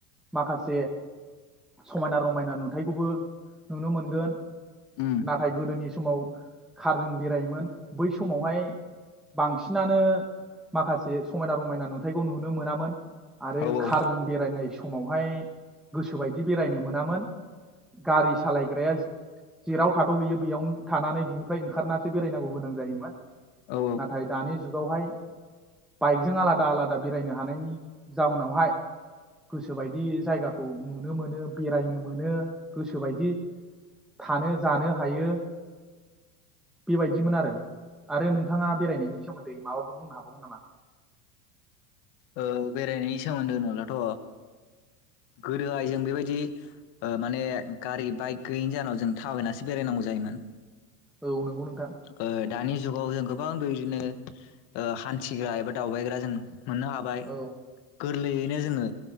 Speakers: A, in the centre; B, on the left.
A: माखासे समायना रमायना नुथायखौबो नुनो मोनगोन
B: उम
A: नाथाय गोदोनि समाव खारजों बेरायोमोन बै समावहाय बांसिन बांसिनानो माखासे समायना रमायना नुथायखौ नुनो मोनामोन। आरो
B: औ
A: खारजों
B: औ
A: बेरायनायसो समावहाय गोसोबायदि बेरायनो मोनामोन गारि सालायग्राया जेराव थाथ'हैयो बेयावनो थानानै बिनिफ्राय ओंखारनासो बेरायनांगौ गोनां जायोमोन।
B: औ
A: नाथाय नि जुगावहाय बाइक जों आलादा आलादा बेरायनो हानायनि जाउनावहाय गोसोबायदि जायगाखौ नुनो मोनो बेरायनो मोनो गोसोबायदि थानो जानो हायो बेबायदिमोन आरो आरो नोंथाङा बेरायनायनि सोमोन्दै माबाफोर बुंनो हाबावगोन नामा?
B: ओ बेरायनायनि सोमोन्दै होनोब्लाथ' गोदोहाय जों बेबायदि ओ माने गारि बाइक गैयैनि जाहोनाव जों थाबायनासो बेरायनांगौ जायोमोन।
A: औ नोंगौ नों
B: ओ दानि जुगाव जों गोबां बेबायदिनो ओ हान्थिग्रा एबा दावबायग्रा जों मोननो हाबाय।
A: औ
B: गोरलैयैनो जोङो